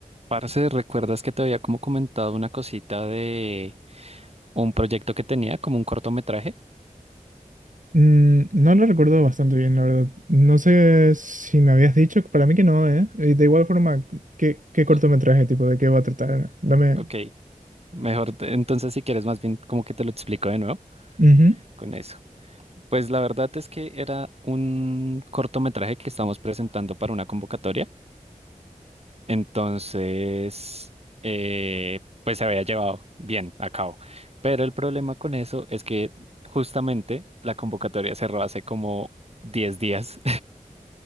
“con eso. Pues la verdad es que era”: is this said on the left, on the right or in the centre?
Right